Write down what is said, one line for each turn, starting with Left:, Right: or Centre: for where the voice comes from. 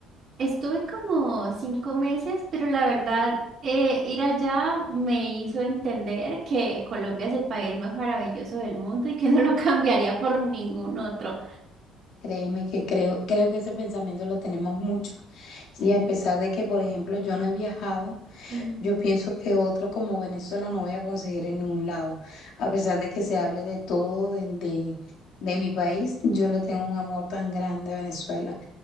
Right: Estuve como cinco meses, pero la verdad, eh, ir allá me hizo entender que Colombia es el país más maravilloso del mundo y que no lo <laughs> cambiaría por ningún otro.
Left: Créeme que creo, creo que ese pensamiento lo tenemos mucho. Y a pesar de que, por ejemplo, yo no he viajado.
Right: Mm,
Left: Yo pienso que otro como Venezuela no voy a conseguir en ningún lado. A pesar de que se hable de todo de, de, de mi país, yo le tengo un amor tan grande a Venezuela.